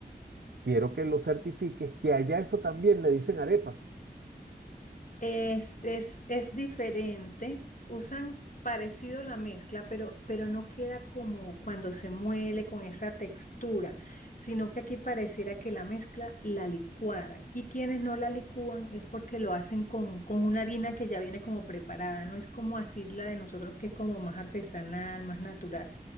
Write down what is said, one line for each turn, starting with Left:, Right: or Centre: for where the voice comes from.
Right: quiero que lo certifiques, que allá eso también le dicen arepa.
Left: Es, es, es diferente. Usan parecido la mezcla, pero, pero no queda como cuando se muele con esa textura, sino que aquí pareciera que la mezcla la licuaran. Y quienes no la licúan es porque lo hacen con, con una harina que ya viene como preparada, no es como así la de nosotros que es como más artesanal, más natural.